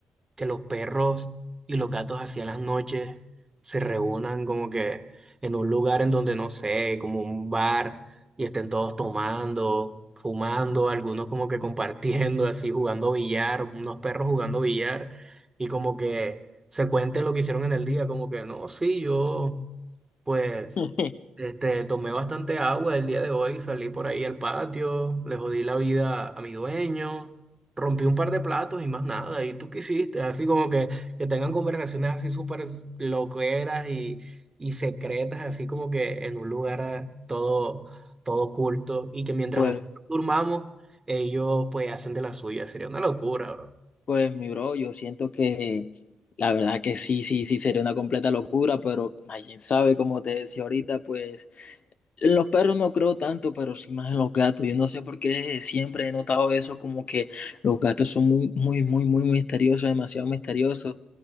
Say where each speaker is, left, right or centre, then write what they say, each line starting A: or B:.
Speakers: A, on the right; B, on the left.
A: que los perros y los gatos así en las noches se reúnan como que en un lugar en donde no sé, como un bar, y estén todos tomando, fumando, algunos como que compartiendo, así jugando billar, unos perros jugando billar, y como que se cuente lo que hicieron en el día, como que no, sí, yo pues
B: <laughs>
A: este, tomé bastante agua el día de hoy, salí por ahí al patio, le jodí la vida a mi dueño, rompí un par de platos y más nada. ¿Y tú qué hiciste? Así como que, que tengan conversaciones así súper loqueras y, y secretas, así como que en un lugar ah, todo, todo oculto y que mientras
B: Pues,
A: nosotros durmamos, ellos pues hacen de la suya. Sería una locura, bro.
B: pues mi bro, yo siento que la verdad que sí, sí, sí, sería una completa locura, pero nadie sabe, como te decía ahorita, pues en los perros no creo tanto, pero sí más en los gatos. Yo no sé por qué siempre he notado eso, como que los gatos son muy, muy, muy, muy misteriosos, demasiado misteriosos.